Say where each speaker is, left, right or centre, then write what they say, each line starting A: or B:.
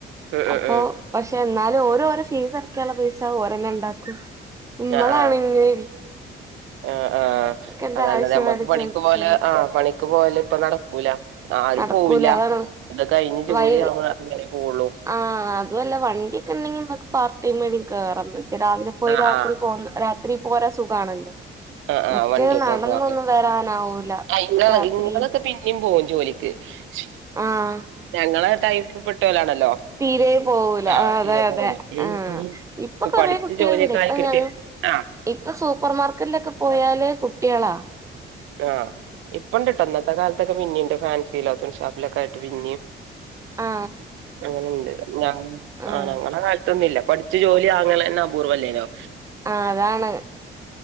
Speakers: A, on the right; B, on the right.
A: ഉം ഉം
B: അപ്പൊ
A: ഉം
B: പഷേ എന്നാലും ഓരോരെ ഫീസടക്കാള്ള പൈസ ഓരന്നെണ്ടാക്കും ഇമ്മളാണെങ്കി
A: ആഹ് ആഹ് ആഹ് ആഹ്
B: എന്താ
A: അതാണ്
B: ആവശ്യം
A: നമ്മക്ക്
B: വേണേ
A: പണിക്ക്
B: ചോദിക്കാണ്
A: പോല് ആഹ് പണിക്ക് പോല് ഇപ്പ നടക്കൂല ആരും
B: നടക്കൂലാ അതാണ്.
A: അത് കഴിഞ്ഞ് ജോലി
B: വൈ
A: ആവാ അങ്ങനേ പോവുള്ളു
B: ആഹ് അതുവല്ലാ വണ്ടിക്കെണ്ടെങ്കി ഇമ്മക്ക് പാർട്ട് ടൈം ഏടേം കേറാൻ പറ്റ് രാവിലെ പോയി
A: ആഹ്
B: രാത്രി
A: ആഹ്
B: പോന്ന് രാത്രി പോരാൻ സുഖാണല്ലോ
A: ആഹ് ആഹ്
B: മറ്റേ
A: വണ്ടിപ്പോ
B: നടന്നൊന്നും
A: ഓക്കെ
B: വരാനാവൂല
A: അയ് ഇങ്ങള്
B: രാത്രി
A: ഇങ്ങളൊക്കെ പിന്നെയും പോം ജോലിക്ക് ഷ്
B: ആഹ്
A: ഞങ്ങളെ ടൈപ്പ്പ്പെട്ടോലാണല്ലോ തോ
B: തീരെ പോവൂല
A: താ
B: ആഹ്
A: തീലെ
B: അതെ
A: പോല
B: അതെ
A: <unintelligible>
B: ആഹ് ഇപ്പൊ
A: പ്പൊ
B: കൊറേ
A: പഠിച്ച്
B: കുട്ടികളുണ്ട്
A: ജോലിയൊക്കായി
B: ഇപ്പൊ
A: കിട്ടി
B: ഞങ്ങ
A: ആ
B: ഇപ്പൊ സൂപ്പർമാർക്കറ്റിലൊക്കെ പോയാല് കുട്ട്യോളാ
A: ആ ഇപ്പണ്ട്ട്ടോ. ഇന്നത്തെ കാലത്തൊക്കെ പിന്നിണ്ട് ഫാൻസീലോ തുണിഷാപ്പിലൊക്കായിട്ട് പിൻ
B: ആ
A: അങ്ങനണ്ട് ഞാ
B: ആഹ്
A: ആ ഞങ്ങളെ കാലത്തൊന്നുല്ല പഠിച്ച് ജോലി വാങ്ങ്ണെ ന്നപൂർവല്ലേന്നോ
B: ആ അതാണ്